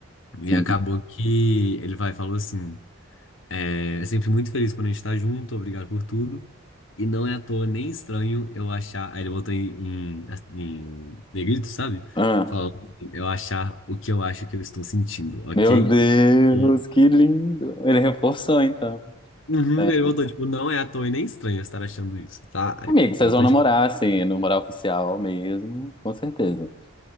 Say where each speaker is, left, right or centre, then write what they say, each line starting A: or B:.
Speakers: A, on the left; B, on the left.
A: E
B: Sim.
A: acabou que ele vai, falou assim. É sempre muito feliz quando a gente tá junto, obrigado por tudo. E não é à toa nem estranho eu achar. Aí ele botou em, em, em negrito, sabe?
B: Ah.
A: Falando assim, eu achar o que eu acho que eu estou sentindo, ok?
B: Meu Deus,
A: E-
B: que lindo. Ele reforçou, então.
A: Uhum,
B: É.
A: ele botou, tipo, não é à toa e nem estranho eu estar achando isso, tá? Aí
B: Amigo, vocês
A: eu
B: vão
A: tô
B: namorar,
A: tipo,
B: assim, namorar oficial mesmo, com certeza.